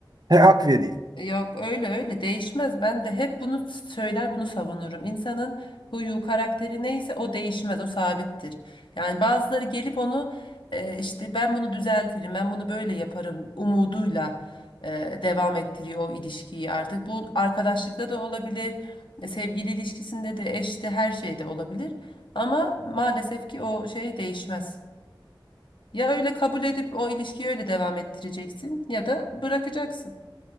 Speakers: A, on the right (about 50°); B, on the left (about 70°).
A: he, hak vereyim.
B: Yok öyle öyle değişmez. Ben de hep bunu söyler bunu savunurum. İnsanın huyu karakteri neyse o değişmez o sabittir. Yani bazıları gelip onu e, işte ben bunu düzeltirim ben bunu böyle yaparım umuduyla e, devam ettiriyor o ilişkiyi artık. Bu arkadaşlıkta da olabilir e, sevgili ilişkisinde de eşte her şeyde olabilir. Ama maalesef ki o şey değişmez. Ya öyle kabul edip o ilişkiyi öyle devam ettireceksin ya da bırakacaksın.